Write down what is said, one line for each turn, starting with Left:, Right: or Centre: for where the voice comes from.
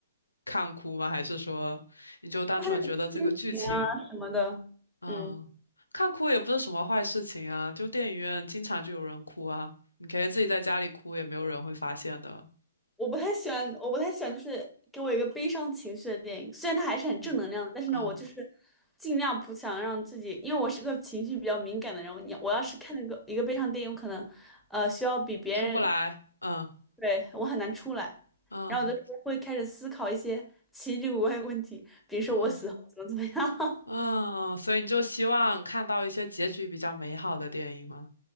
Left: 看哭吗？还是说你就单纯觉得这个剧情，
Centre: 他就是亲情啊什么的，
Left: 嗯，
Centre: 嗯。
Left: 看哭也不是什么坏事情啊，就电影院经常就有人哭啊，你可以自己在家里哭，也没有人会发现的。
Centre: 我不太喜欢，我不太喜欢，就是给我一个悲伤情绪的电影。虽然它还是很正能量的，
Left: 啊
Centre: 但是呢，
Left: 啊，
Centre: 我就是尽量不想让自己，因为我是个情绪比较敏感的人。我你我要是看那个一个悲伤电影，我可能呃需要比别人，
Left: 出不来，嗯
Centre: 对，我很难出来。
Left: 嗯
Centre: 然后我就会开始思考一些奇奇怪怪的问题，比如说我死后怎么怎么样。
Left: 嗯嗯，所以你就希望看到一些结局比较美好的电影吗？